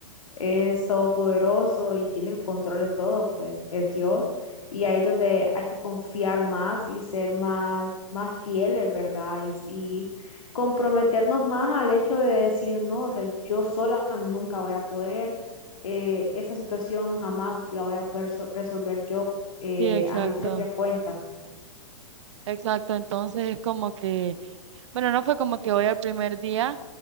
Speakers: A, on the left; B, on the right.
A: es todopoderoso y tiene el control de todo, pues es Dios. Y ahí es donde hay que confiar más y ser más, más fieles, ¿verdad? Y, y comprometernos más al hecho de decir, no, o sea, yo sola nunca voy a poder, eh, esa situación jamás la voy a poder so- resolver yo eh,
B: Sí, exacto.
A: a mi propia cuenta.
B: Exacto, entonces es como que Bueno, no fue como que hoy el primer día,